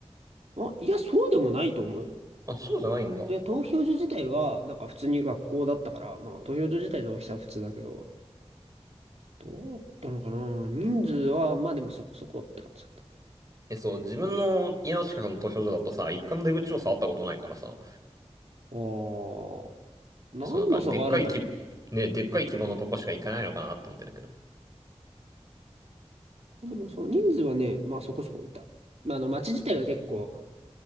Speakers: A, on the right; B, on the right.
A: まあ、いや、そうでもないと思うよ。
B: あ、そうじゃないんだ。
A: で、投票所自体は、なんか普通に学校だったから、まあ投票所自体の大きさは普通だけど、どうだったのかな人数は、まあでもそこそこって感じだった。あ
B: え、そう、自分の家の近くの投票所だとさ、一回も出口を触ったことないからさ、
A: ー、何の差があるんだろうな。
B: そうなんか、でっかい規ね、でっかい規模のとこしか行かないのかなって思ってるけど。
A: でもその人数はね、まあそこそこいた。まああの街自体が結構